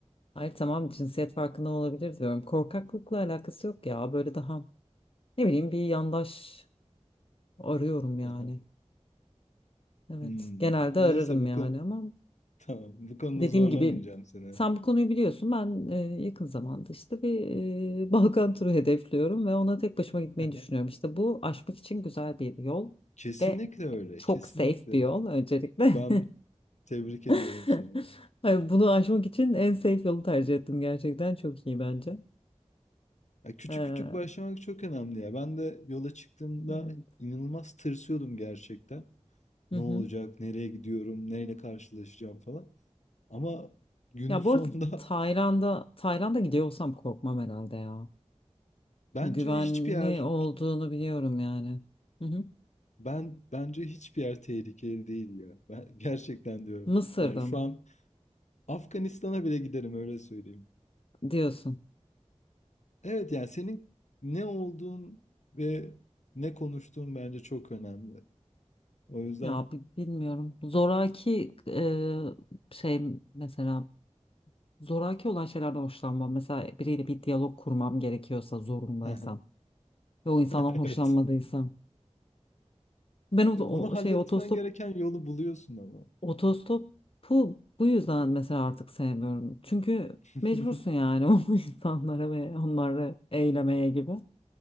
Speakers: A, on the left; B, on the left.
A: Hayır tamam cinsiyet farkından olabilir diyorum. Korkaklıkla alakası yok ya. Böyle daha ne bileyim bir yandaş arıyorum yani.
B: Aha.
A: Evet
B: Hmm,
A: genelde
B: Neyse
A: ararım
B: bu
A: yani
B: konu
A: ama
B: <laughs> tamam bu konuda
A: dediğim
B: zorlamayacağım
A: gibi
B: seni.
A: sen bu konuyu biliyorsun. Ben e, yakın zamanda işte bir e, <laughs> Balkan turu hedefliyorum ve ona tek başıma gitmeyi
B: <laughs>
A: düşünüyorum. İşte bu aşmak için güzel bir yol
B: Kesinlikle
A: ve
B: öyle.
A: çok
B: Kesinlikle.
A: safe bir yol öncelikle.
B: Ben
A: <laughs>
B: tebrik ediyorum
A: <laughs>
B: seni ya.
A: Hayır, bunu aşmak için en safe yolu tercih ettim gerçekten. Çok iyi bence.
B: Ya küçük
A: Ee,
B: küçük başlamak çok önemli ya. Ben de yola çıktığımda
A: evet.
B: inanılmaz tırsıyordum gerçekten.
A: Hı
B: Ne
A: hı.
B: olacak? Nereye gidiyorum? Neyle karşılaşacağım falan. Ama günün
A: Ya
B: sonunda
A: bu arada Tayland'a
B: <laughs>
A: Tayland'a gidiyor olsam korkmam herhalde ya.
B: Bence
A: Güvenli
B: hiçbir yer
A: olduğunu biliyorum yani. Hı hı.
B: <laughs> ben bence hiçbir yer tehlikeli değil ya. Ben <laughs> gerçekten diyorum.
A: Mısır'da
B: Yani şu
A: mı
B: an Afganistan'a bile giderim öyle söyleyeyim.
A: diyorsun?
B: Evet yani senin ne olduğun ve ne konuştuğun bence çok önemli. O yüzden
A: Ya bi- bilmiyorum. Zoraki e, şey mesela zoraki olan şeylerden hoşlanmam. Mesela biriyle bir diyalog kurmam gerekiyorsa zorundaysam
B: <laughs>
A: ve o insandan
B: evet.
A: hoşlanmadıysam. Ben o,
B: E, onu
A: o şey
B: halletmen
A: otostop
B: gereken yolu buluyorsun ama.
A: Otostopu bu yüzden mesela artık sevmiyorum. Çünkü
B: <laughs>
A: mecbursun yani <laughs> o insanlara ve onları eylemeye gibi.